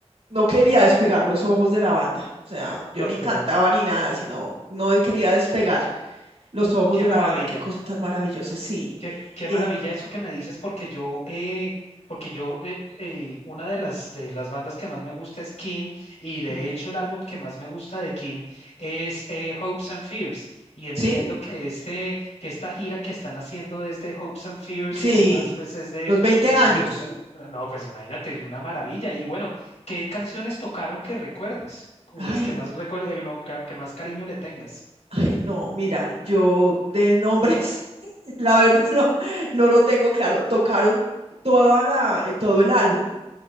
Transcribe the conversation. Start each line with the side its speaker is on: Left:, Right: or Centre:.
Right: no quería despegar los ojos de la banda. O sea, yo
Left: No,
Right: ni
Left: pero
Right: cantaba ni nada, sino no quería despegar los ojos
Left: qué
Right: de
Left: maravilla.
Right: la banda. Qué cosa tan maravillosa. Sí.
Left: Qué, qué
Right: eh,
Left: maravilla eso que me dices, porque yo, eh, porque yo, eh, eh, una de las, de las bandas que más me gusta es King, y de
Right: mm,
Left: hecho el álbum que más me gusta de King es eh, Hopes and Fears, y entiendo
Right: sí,
Left: que este, que esta gira que están haciendo es de Hopes and Fears,
Right: sí.
Left: y además pues es de,
Right: los 20
Left: pues
Right: años.
Left: es, es el, no, pues imagínate, una maravilla, y bueno, ¿qué canciones tocaron que recuerdes? O
Right: Ay,
Left: las que más recuerdes, no, ca- que más cariño le tengas.
Right: ay, no, mira, yo de nombres, <laughs> la verdad no, no lo tengo claro. Tocaron toda la, eh, todo el álbum,